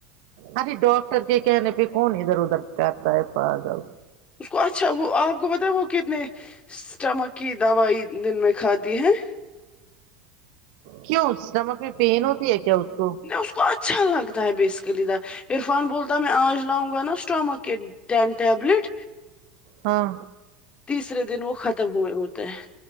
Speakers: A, on the right (about 60°); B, on the left (about 25°).
A: ارے ڈاکٹر کے کہنے پہ کون ادھر ادھر کہتا ہے پاگل
B: اس کو اچھا وہ آپ کو پتا وہ کتنے اسٹمک کی دوائی دن میں کھاتی ہیں
A: کیوں اسٹمک میں پین ہوتی ہے کیا اس کو
B: نہیں اس کو اچھا لگتا ہے بیسکلی د عرفان بولتا ہے میں آج لاؤں گا نا اسٹامک کے ٹین ٹبلٹ
A: ہاں
B: تیسرے دن وہ ختم ہوئے ہوتے ہیں